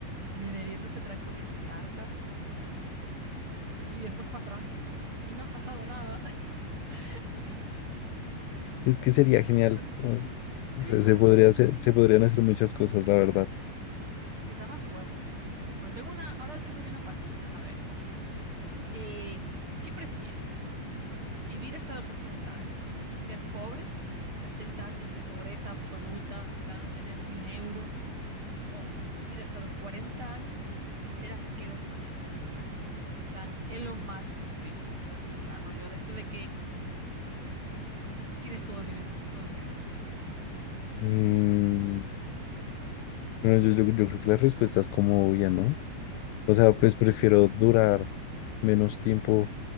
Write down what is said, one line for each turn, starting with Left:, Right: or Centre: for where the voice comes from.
Right: me daría unos atracones de tartas y después para atrás. Y no ha pasado nada. <laughs>
Left: Es que sería genial.
Right: Me está poniendo
Left: O
Right: tri- es que Sería
Left: sea,
Right: lo
Left: se
Right: mejor
Left: podría
Right: del
Left: hacer-
Right: mundo.
Left: se podrían hacer muchas cosas, la verdad.
Right: ¿Ves? Da más juego. Bueno, tengo una, ahora tengo yo una para ti. A ver, eh, ¿qué prefieres? ¿Vivir hasta los 80 años y ser pobre? O sea, 80 años de pobreza absoluta, en plan no tener ni un euro. O vivir hasta los 40 años y ser asquerosamente rico. En plan, Elon más rico, me quiero explicar, rollo, de esto de que tienes todo el dinero, todo el dinero.
Left: Mm, bueno, yo, yo, yo creo que la respuesta es como obvia, ¿no? O sea, pues prefiero durar menos tiempo